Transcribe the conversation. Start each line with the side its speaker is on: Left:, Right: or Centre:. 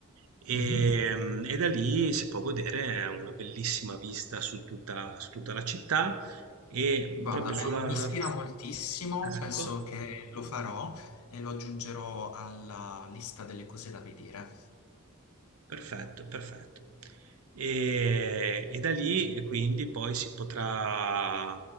Right: e,
Left: mhm.
Right: mm, e da lì si può godere una bellissima vista su tutta, su tutta la città e
Left: Guarda,
Right: proprio
Left: beh,
Right: sulla...
Left: mi ispira moltissimo,
Right: Ecco,
Left: penso che lo farò e lo aggiungerò alla lista delle cose da vedere.
Right: Perfetto, perfetto. E, e da lì e quindi poi si potrà